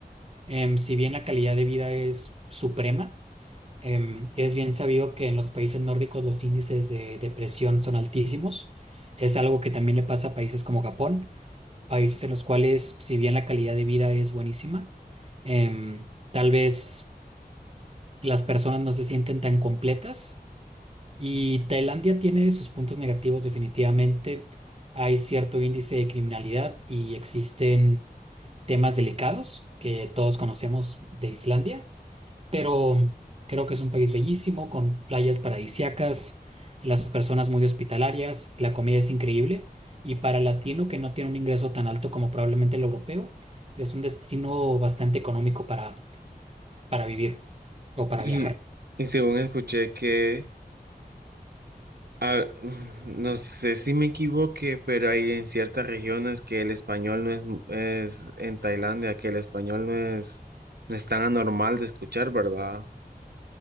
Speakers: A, on the right; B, on the right.
A: em, si bien la calidad de vida es suprema, em, es bien sabido que en los países nórdicos los índices de depresión son altísimos. Es algo que también le pasa a países como Japón, países en los cuales si bien la calidad de vida es buenísima, em, tal vez las personas no se sienten tan completas y Tailandia tiene sus puntos negativos definitivamente. Hay cierto índice de criminalidad y existen temas delicados que todos conocemos de Islandia, pero creo que es un país bellísimo, con playas paradisíacas, las personas muy hospitalarias, la comida es increíble y para el latino que no tiene un ingreso tan alto como probablemente el europeo, es un destino bastante económico para, para vivir o para
B: Y,
A: viajar.
B: y según escuché que Ah, mm, no sé si me equivoqué, pero hay en ciertas regiones que el español no es, mu- es en Tailandia, que el español no es, no es tan anormal de escuchar, ¿verdad?